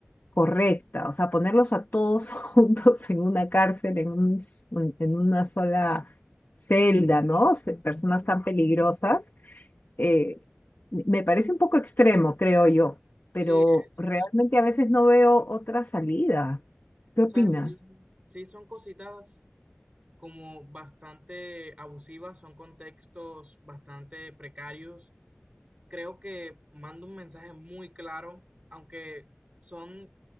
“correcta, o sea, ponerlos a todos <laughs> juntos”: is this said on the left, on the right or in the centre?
Left